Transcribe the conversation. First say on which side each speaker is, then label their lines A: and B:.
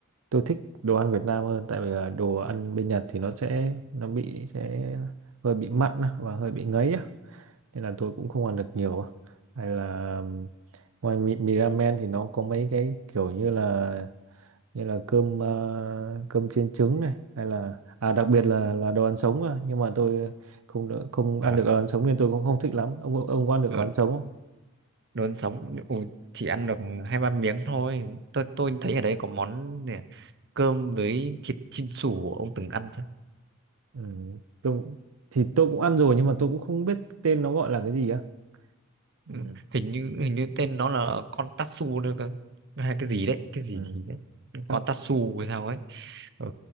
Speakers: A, on the right; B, on the right.
A: tôi thích đồ ăn Việt Nam hơn tại vì là đồ ăn bên Nhật thì nó sẽ nó bị sẽ hơi bị mặn á, và hơi bị ngấy á nên là tôi cũng không ăn được nhiều á. hay là ừm, ngoài mì, mì ramen thì nó có mấy cái kiểu như là như là cơm ờ, cơm chiên trứng này hay là à đặc biệt là là đồ ăn sống à. nhưng mà tôi không đỡ- không
B: ờ,
A: ăn được đồ ăn sống nên tôi cũng không thích lắm ông ông có ăn được
B: ờ,
A: đồ ăn sống không
B: đồ ăn sống ừ, chỉ ăn được hai ba miếng thôi tôi tôi thấy ở đây có món này, cơm với thịt chin sủ ông từng ăn chưa
A: ừ. tôi, thì tôi cũng ăn rồi nhưng mà tôi cũng không biết tên nó gọi là cái gì á
B: ừ,
A: ừ.
B: hình như hình như tên nó là con tatsu nữa cơ hay cái gì đấy cái gì
A: Ừ.
B: gì đấy
A: Chắc-
B: con tatsu hay sao ấy Ừ.